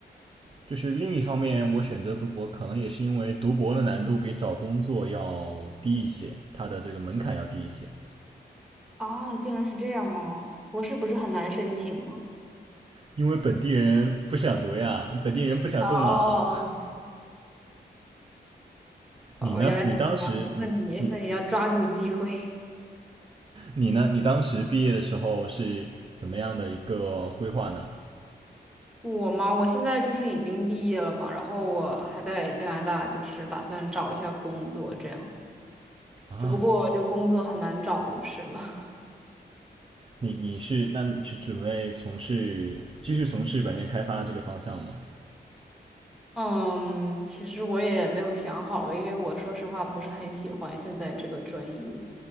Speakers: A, on the right; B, in the centre.
A: 就是另一方面，我选择读博可能也是因为读博的难度比找工作要低一些，它的这个门槛要低一些。
B: 哦，竟然是这样吗？博士不是很难申请吗？
A: 因为本地人不想读呀，本地人不想动脑。
B: 哦哦哦，
A: 你呢？
B: 哦，原来是这样。
A: 你当时你你
B: 那你那你要抓住机会。<laughs>
A: 你呢？你当时毕业的时候是怎么样的一个规划呢？
B: 我嘛，我现在就是已经毕业了嘛，然后我还在加拿大，就是打算找一下工作这样。
A: 啊，
B: 只不过就工作很难找就是了。
A: 你你是那你是准备从事继续从事软件开发这个方向吗？
B: 嗯，其实我也没有想好，因为我说实话不是很喜欢现在这个专业，